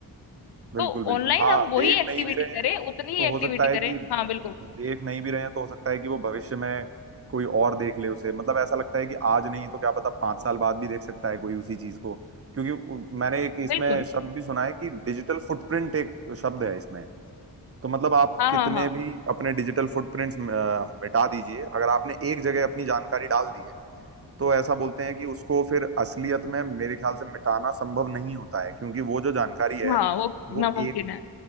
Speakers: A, on the right (about 35°); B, on the left (about 80°).
A: बिल्कुल
B: तो
A: बिल्कुल
B: ऑनलाइन
A: हाँ
B: हम वही
A: देख
B: एक्टिविटी
A: नहीं भी रहे
B: करें
A: हैं
B: उतनी ही
A: तो हो
B: एक्टिविटी
A: सकता है
B: करें
A: कि
B: हाँ बिल्कुल
A: देख नहीं भी रहे हैं तो हो सकता है कि वो भविष्य में कोई और देख ले उसे मतलब ऐसा लगता है कि आज नहीं तो क्या पता पांच साल बाद भी देख सकता है कोई उसी चीज को क्योंकि उ- मैंने एक इसमें
B: बिल्कुल
A: शब्द भी सुना है कि डिजिटल फुटप्रिंट एक शब्द है इसमें तो मतलब आप
B: हाँ
A: कितने
B: हाँ हाँ
A: भी अपने डिजिटल फुटप्रिंट्स मिटा दीजिए अगर आपने एक जगह अपनी जानकारी डाल दी है तो ऐसा बोलते हैं कि उसको फिर असलियत में मेरे ख्याल से मिटाना संभव नहीं होता है क्योंकि वो जो जानकारी है
B: हाँ वो
A: वो
B: नामुमकिन
A: एक
B: है